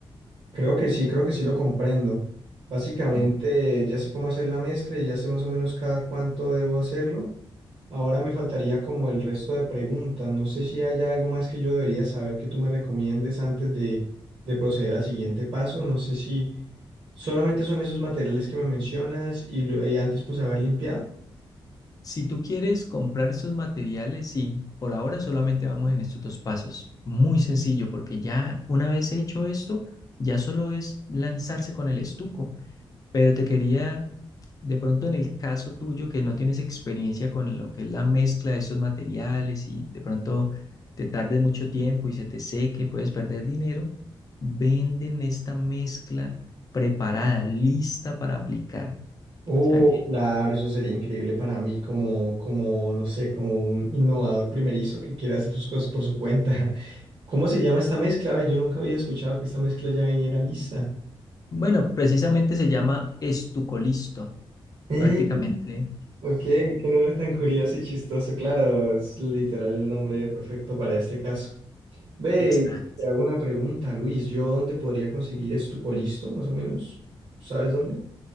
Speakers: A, on the right; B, on the left.
A: Creo que sí, creo que sí lo comprendo. Básicamente
B: Es-
A: ya sé cómo hacer la mezcla y ya sé más o menos cada cuánto debo hacerlo. Ahora me faltaría como el resto de preguntas. No sé si haya algo más que yo debería saber que tú me recomiendes antes de, de proceder al siguiente paso. No sé si solamente son esos materiales que me mencionas y, lo- y antes pues haber limpiado.
B: Si tú quieres comprar estos materiales, sí, por ahora solamente vamos en estos dos pasos. Muy sencillo, porque ya una vez hecho esto, ya solo es lanzarse con el estuco. Pero te quería, de pronto en el caso tuyo que no tienes experiencia con lo que es la mezcla de estos materiales y de pronto te tardes mucho tiempo y se te seque, puedes perder dinero, venden esta mezcla preparada, lista para aplicar.
A: Oh,
B: O sea que,
A: claro, eso sería increíble para mí como, como, no sé, como un innovador primerizo que quiere hacer sus cosas por su cuenta. ¿Cómo se llama esta mezcla? Ay, Yo nunca había escuchado que esta mezcla ya viniera lista.
B: bueno, precisamente se llama estucolisto,
A: Mm,
B: prácticamente.
A: ok, qué nombre tan curioso y chistoso. Claro, es literal el nombre perfecto para este caso. Ve,
B: <laughs> Exacto.
A: te hago una pregunta, Luis. ¿Yo dónde podría conseguir estucolisto, más o menos? ¿Sabes dónde?